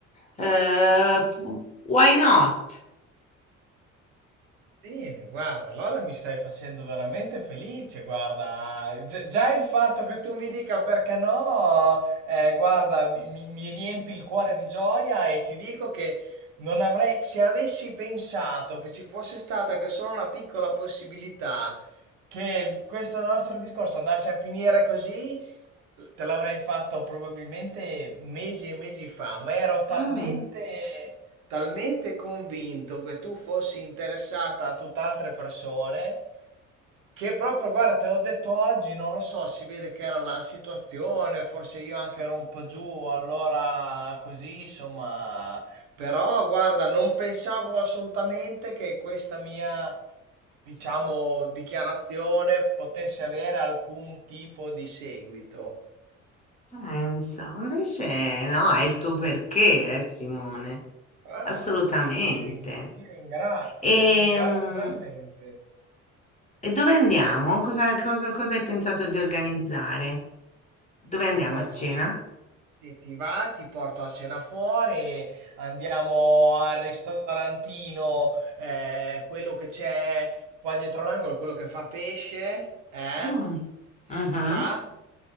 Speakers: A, on the left; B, on the right.
A: eh, why not?
B: Bene, guarda, allora mi stai facendo veramente felice, guarda, gi- già il fatto che tu mi dica perché no, eh, guarda, mi, mi- mi riempi il cuore di gioia e ti dico che non avrei, se avessi pensato che ci fosse stata anche solo una piccola possibilità che il- questo nostro discorso andasse a finire così, Te l'avrei fatto probabilmente mesi e mesi fa, ma ero talmente,
A: Mm.
B: talmente convinto che tu fossi interessata a tutt'altre persone che proprio, guarda, te l'ho detto oggi, non lo so, si vede che era la situazione, forse io anche ero un po' giù, allora così, insomma. Però, guarda, non pensavo assolutamente che questa mia, diciamo, dichiarazione potesse avere alcun tipo di seguito.
A: Pensa, invece no, è il tuo perché, eh, Simone, assolutamente.
B: Ah, Ti, rin- ti ringrazio,
A: Ehm,
B: ti ringrazio veramente.
A: E, dove andiamo? Cosa, co- co- cosa hai pensato di organizzare? Dove andiamo
B: Ti porto
A: a cena?
B: a cena. Se ti va, ti porto a cena fuori, andiamo al ristorantino, eh, quello che c'è qua dietro l'angolo, quello che fa pesce, eh?
A: Mm,
B: Se
A: mhm,
B: ti va.